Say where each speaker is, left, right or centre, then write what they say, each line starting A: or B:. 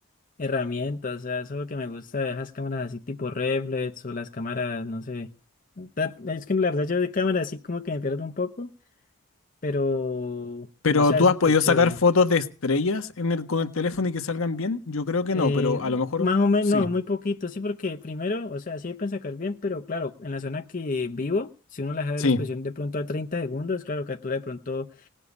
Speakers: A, on the left (about 35°); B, on the left (about 70°).
A: herramienta, o sea, eso es lo que me gusta de esas cámaras así tipo reflex o las cámaras, no sé. Ta- Es que la verdad yo de cámara así como que me pierdo un poco, pero,
B: Pero
A: o sea,
B: tú
A: es súper
B: has podido
A: chévere.
B: sacar fotos de estrellas en el- con el teléfono y que salgan bien? Yo creo que
A: Eh,
B: no, pero a lo mejor
A: más o menos,
B: sí,
A: no, muy poquito, sí, porque primero, o sea, sí pueden sacar bien, pero claro, en la zona que vivo, si uno la deja de
B: sí,
A: la expresión de pronto a 30 segundos, claro, captura de pronto